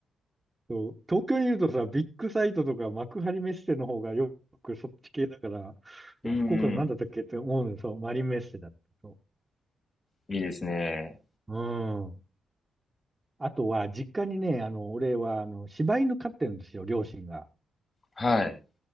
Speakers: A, on the right; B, on the left.
A: そう。東京にいるとさ、ビッグサイトとか幕張メッセの方がよくそっち系だから、
B: うん
A: いや、福岡のなんだったっけって思うのよ。そう、マリンメッセだった。そ
B: いいですね。
A: う。うん。あとは、実家にね、あの、俺は、あの、柴犬飼ってるんですよ、両親が。
B: はい。